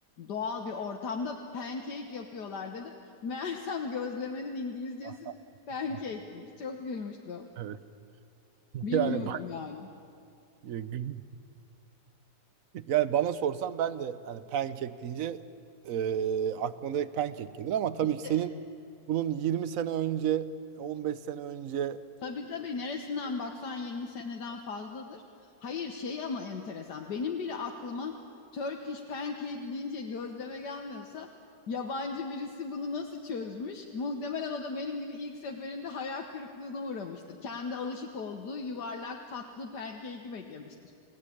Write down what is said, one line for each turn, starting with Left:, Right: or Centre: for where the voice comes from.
Left: doğal bir ortamda pancake yapıyorlar dedim. Meğersem gözlemenin İngilizcesi
Right: Ah,
Left: pancake'miş.
Right: ah,
Left: Çok gülmüştüm.
Right: Evet. <laughs>
Left: Bilmiyordum
Right: Yani bak
Left: yani.
Right: e, gü- <laughs> yani bana sorsan ben de hani pancake deyince e, aklıma direkt pancake gelir ama tabii
Left: İşte
Right: ki senin bunun 20 sene önce 15 sene önce
Left: tabii tabii neresinden baksan 20 seneden fazladır. Hayır şey ama enteresan. Benim bile aklıma Turkish pancake deyince gözleme gelmiyorsa yabancı birisi bunu nasıl çözmüş? Muhtemelen o da benim gibi ilk seferinde hayal kırıklığına uğramıştır. Kendi alışık olduğu yuvarlak tatlı pancake'i beklemiştir.